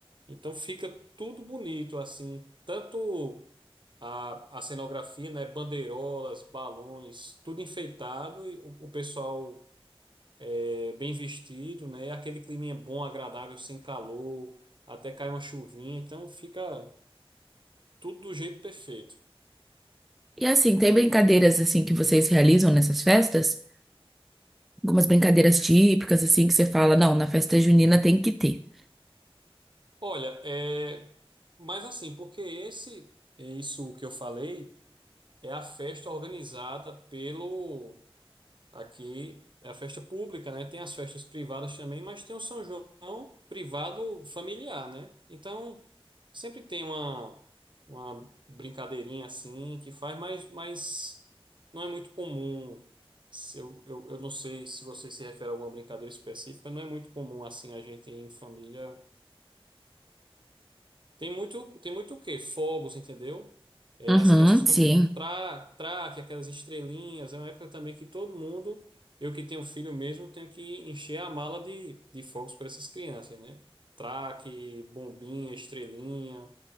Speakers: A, on the right; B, in the centre.
A: Então fica tudo bonito, assim. Tanto. A, a cenografia, né? Bandeirolas, balões, tudo enfeitado e o, o pessoal é, bem vestido, né? Aquele climinha bom, agradável, sem calor, até cai uma chuvinha, então fica tudo do jeito perfeito.
B: E assim, tem brincadeiras assim que vocês realizam nessas festas? Algumas brincadeiras típicas, assim, que você fala, não, na festa junina tem que ter.
A: Olha, é, mas assim, porque esse, é isso que eu falei, é a festa organizada pelo Aqui é a festa pública, né? Tem as festas privadas também, mas tem o São João privado familiar, né? Então, sempre tem uma, uma brincadeirinha assim que faz, mas, mas não é muito comum. Se Eu, eu, eu não sei se você se refere a alguma brincadeira específica, não é muito comum assim a gente em família tem muito, tem muito o quê? Fogos, entendeu? É,
B: Uhum,
A: as crianças compram
B: sim.
A: tra, traque, aquelas estrelinhas. É uma época também que todo mundo, eu que tenho filho mesmo, tenho que encher a mala de, de fogos para essas crianças, né? Traque, bombinha, estrelinha,